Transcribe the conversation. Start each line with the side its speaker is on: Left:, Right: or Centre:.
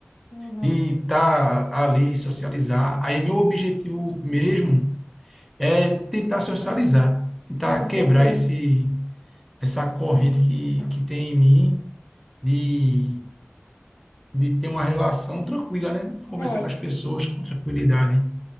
Left: Uhum,
Centre: de estar ali, socializar. Aí, meu objetivo mesmo é tentar socializar, tentar
Left: entendi.
Centre: quebrar esse, essa corrente que, que tem em mim de, de ter uma relação tranquila, né? De conversar
Left: É,
Centre: com as pessoas com tranquilidade.